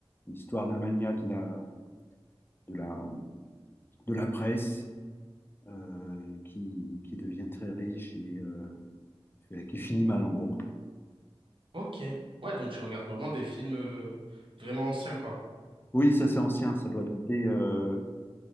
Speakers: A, on the left (about 20°); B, on the right (about 60°).
A: l'histoire d'un magnat de la, de la, de la presse euh, qui, qui devient très riche et euh, qui finit mal, en gros.
B: Ok. Ouais, donc je regarde vraiment des films euh, vraiment anciens, quoi.
A: Oui, ça c'est ancien, ça doit dater. euh,